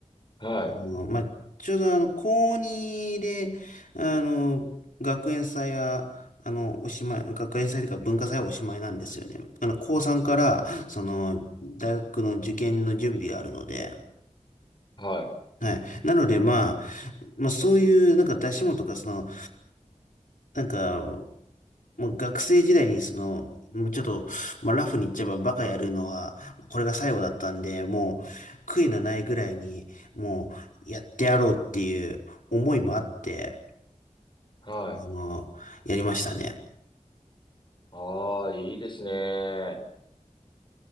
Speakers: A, on the left; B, on the left.
A: はい。
B: もうまあ、ちょうどあの、高2で、あの、学園祭は、あの、おしまい、学園祭というか文化祭はおしまいなんですよね。あの、高3から、その、大学の受験の準備があるので、
A: はい。
B: はい。なので、まあ、まあ、そういう、なんか出し物とか、その、なんか、もう学生時代にその、もうちょっと、まあ、ラフに言っちゃえばバカやるのは、これが最後だったんで、もう悔いのないぐらいに、もうやってやろうっていう思いもあって、
A: はい。
B: あの、やりましたね。
A: ああ、いいですね。